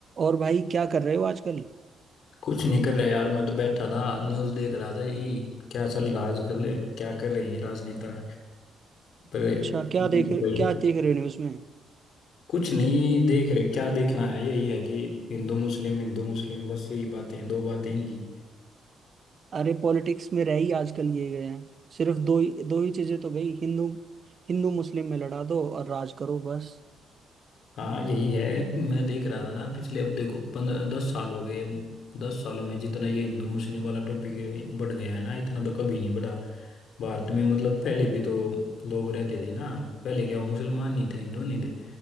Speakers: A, on the right; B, on the left.
A: और भाई क्या कर रहे हो आजकल
B: कुछ नहीं कर रहा यार मैं तो बैठा था न्यूज़ देख रहा था यही क्या चल रहा है आजकल है, क्या कर रहे हैं ये राजनेता पर ये
A: अच्छा क्या देख
B: तो भाई
A: क्या देख रहे हो न्यूज में
B: कुछ नहीं देख रहे क्या देखना है यही है कि हिंदू मुस्लिम हिंदू मुस्लिम बस यही बातें हैं दो बातें इनकी
A: अरे पॉलिटिक्स में रह ही आजकल ये गए हैं सिर्फ दो ही दो ही चीजें तो गई हिंदू हिंदू मुस्लिम में लड़ा दो और राज करो बस
B: हाँ यही है मैं देख रहा था ना पिछले अब देखो पंद्रह दस साल हो गए दस सालों में जितना ये हिंदू मुस्लिम वाला टॉपिक बढ़ गया है ना इतना तो कभी नहीं बढ़ा भारत में मतलब पहले भी तो लोग रहते थे ना पहले क्या वो मुसलमान नहीं थे हिंदू नहीं थे